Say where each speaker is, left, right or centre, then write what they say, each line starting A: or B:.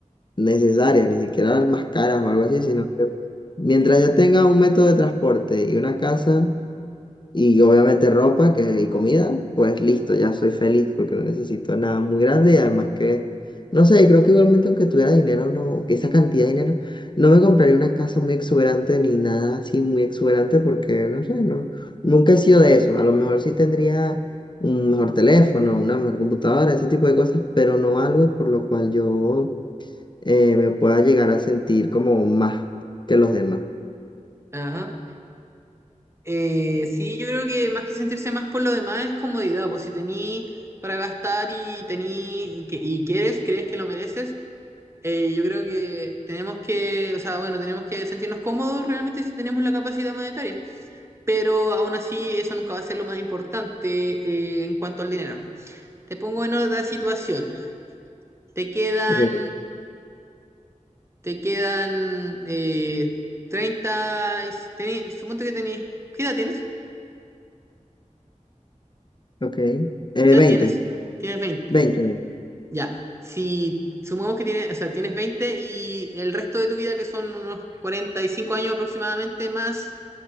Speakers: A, on the left; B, on the right.
A: necesarias, ni siquiera las más caras o algo así, sino que mientras ya tenga un método de transporte y una casa, y obviamente ropa que, y comida, pues listo, ya soy feliz porque no necesito nada muy grande y además que, no sé, creo que igualmente aunque tuviera dinero, no, que esa cantidad de dinero, no me compraría una casa muy exuberante ni nada así muy exuberante porque, no sé, no, nunca he sido de eso. A lo mejor sí tendría un mejor teléfono, una mejor computadora, ese tipo de cosas, pero no algo por lo cual yo eh, me pueda llegar a sentir como más que los demás.
B: Ajá. Eh, sí, yo creo que más que sentirse más por lo demás es comodidad, pues si tení para gastar y tení y, que- y quieres, crees que lo mereces Eh, yo creo que tenemos que, o sea, bueno, tenemos que sentirnos cómodos realmente si tenemos la capacidad monetaria, pero aún así eso nunca va a ser lo más importante eh, en cuanto al dinero. Te pongo en otra situación. Te quedan,
A: Ok,
B: te quedan eh, 30, y- teni- suponte que tenés, ¿qué edad tienes?
A: ok. Eh,
B: ¿Qué
A: veinte
B: edad tienes? Tienes veinte
A: 20.
B: Ya, si sumamos que tienes, o sea, tienes 20 y el resto de tu vida, que son unos 45 años aproximadamente más,